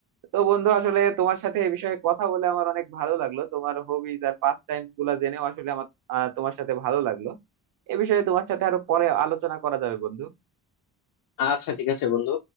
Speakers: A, on the right; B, on the left.
A: তো বন্ধু আসলে তোমার সাথে এই বিষয়ে কথা বলে আমার অনেক ভালো লাগলো তোমার হবিজ আর পাস টাইম গুলা জেনেও আসলে আমার আহ, তোমার সাথে ভালো লাগলো এ বিষয়ে তোমার সাথে আরো পরে আলোচনা করা যাবে বন্ধু
B: আচ্ছা ঠিক আছে বন্ধু